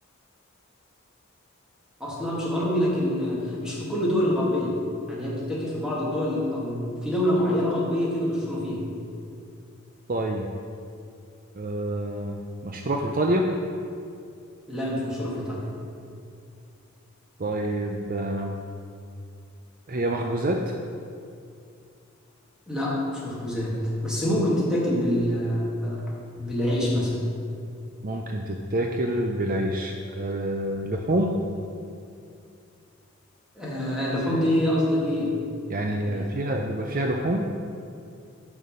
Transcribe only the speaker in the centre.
اصلها مش غربي لكن مش في كل الدول الغربيه يعني هي بتتاكل في بعض الدول او في دوله معينه غربيه كده مشهوره فيها
لا مش مشهوره في ايطاليا
لا مش مخبوزات بس ممكن تتاكل بال بالعيش مثلا
أه... اللحوم دي قصدك ايه
بيها